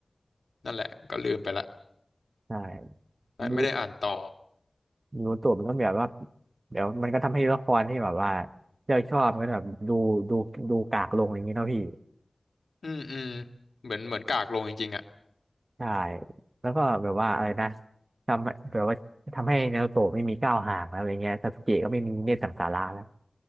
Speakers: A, on the left (about 80°); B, on the right (about 65°).
A: นั่นแหละก็ลืมไปละ
B: ใช่
A: แต่ไม่ได้อ่านต่อ
B: บูบูโตะมันก็แบบว่าเดี๋ยวมันก็ทำให้ละครที่แบบว่าเราชอบมันก็แบบดูดูดูกากลงอย่างนี้เนาะพี่
A: อืมอืมเหมือนเหมือนกากลงจริงๆอ่ะ
B: ใช่แล้วก็แบบว่าอะไรนะทำแบบว่าทำให้นารูโตะไม่มีก้าวห่างแล้วอะไรเงี้ยซาสึเกะก็ไม่มีเนตรสังสาระแล้ว